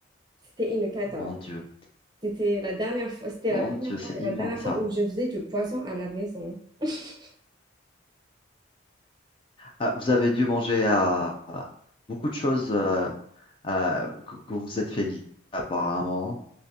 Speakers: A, on the right (about 20°); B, on the left (about 25°).
A: C'était une cata.
B: Mon Dieu.
A: C'était la dernière fois, c'était
B: Mon
A: la première
B: Dieu, c'est
A: fois et
B: immonde
A: la dernière
B: ça.
A: fois où je faisais du poisson à la maison. <laughs>
B: Ah, vous avez dû manger à, beaucoup de choses euh, euh, que, que vous vous êtes fait livrer, apparemment.